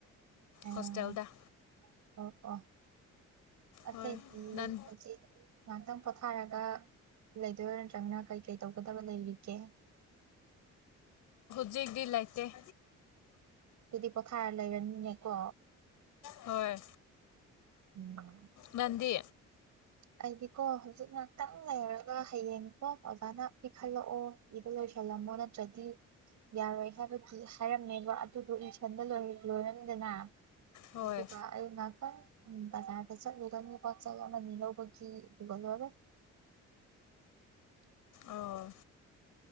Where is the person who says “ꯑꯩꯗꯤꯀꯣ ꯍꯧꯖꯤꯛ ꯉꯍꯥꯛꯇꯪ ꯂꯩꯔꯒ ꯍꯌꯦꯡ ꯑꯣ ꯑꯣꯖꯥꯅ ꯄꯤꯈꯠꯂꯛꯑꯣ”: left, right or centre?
Right